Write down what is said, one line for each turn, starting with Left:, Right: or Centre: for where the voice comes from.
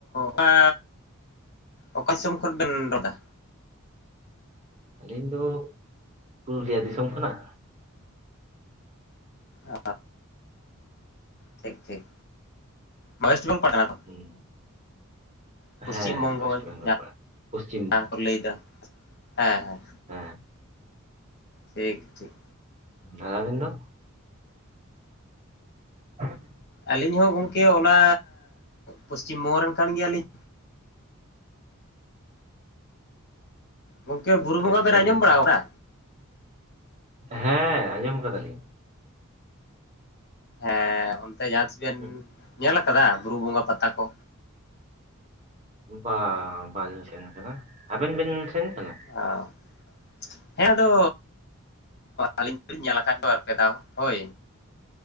Left: ᱚᱠᱟ ᱚᱠᱟ ᱫᱤᱥᱚᱢ ᱠᱷᱚᱱ ᱵᱮᱱ ᱨᱚᱲ ᱫᱟ?
Right: ᱟᱹᱞᱤᱧ ᱫᱚ ᱯᱩᱨᱩᱞᱤᱭᱟᱹ ᱫᱤᱥᱚᱢ ᱠᱷᱚᱱᱟᱜ᱾
Left: ᱚ ᱴᱷᱤᱠ ᱴᱷᱤᱠ᱾ ᱫᱚ
Right: ᱦᱩᱸ,
Left: ᱯᱚᱥᱪᱷᱤᱢ
Right: ᱦᱮᱸ
Left: ᱵᱚᱝᱜᱚᱞ
Right: ᱳᱭᱮᱥᱴ
Left: <inaudible>
Right: ᱵᱮᱝᱜᱚᱞ ᱯᱟᱲᱟᱜ ᱯᱚᱥᱪᱤᱢ ᱵᱚᱝᱜᱚ
Left: ᱠᱟ ᱠᱚ ᱞᱟᱹᱭ ᱫᱟ ᱦᱮᱸ ᱦᱮᱸ᱾
Right: ᱦᱮᱸᱻ
Left: ᱴᱷᱤᱠ ᱴᱷᱤᱠ᱾
Right: ᱟᱵᱤᱱ ᱫᱚ? <inaudible>
Left: ᱟᱹᱞᱤᱧ ᱦᱚᱸ ᱜᱚᱢᱠᱮ ᱚᱱᱟ ᱯᱚᱥᱪᱤᱢ ᱵᱚᱝᱜᱚ ᱨᱮᱱ ᱠᱟᱱ ᱜᱮᱭᱟᱞᱤᱧ᱾ ᱜᱚᱢᱠᱮ ᱵᱩᱨᱩ ᱵᱚᱸᱜᱟ
Right: ᱟᱪᱪᱷᱟ
Left: ᱵᱮᱱ ᱟᱸᱡᱚᱢ
Right: ᱜᱚᱝᱠᱮ
Left: ᱵᱟᱲᱟ ᱟᱠᱟᱫᱟ?
Right: ᱦᱮᱸ ᱟᱸᱡᱚᱢ ᱟᱠᱟᱫᱟ ᱞᱤᱧ᱾
Left: ᱦᱮᱸ ᱚᱱᱛᱮ ᱡᱟᱦᱟᱸ ᱛᱤᱥ ᱵᱮᱱᱼᱼ
Right: ᱦᱮᱸ
Left: ᱧᱮᱞ ᱟᱠᱟᱫᱟ ᱵᱩᱨᱩ ᱵᱚᱸᱜᱟ ᱯᱟᱛᱟ ᱠᱚ?
Right: ᱵᱟᱝ ᱵᱟᱝ ᱞᱤᱧ ᱥᱮᱱ ᱠᱟᱱᱟ ᱟᱵᱮᱱ ᱵᱮᱱ ᱥᱮᱱ ᱠᱟᱱᱟ?
Left: ᱚᱸᱻ ᱦᱮᱸ ᱟᱫᱚ ᱟᱹᱞᱤᱧ ᱫᱚᱞᱤᱧ ᱧᱮᱞ ᱟᱠᱟᱫ ᱫᱚ ᱵᱟᱨᱯᱮ ᱫᱷᱟᱣ ᱦᱳᱭ᱾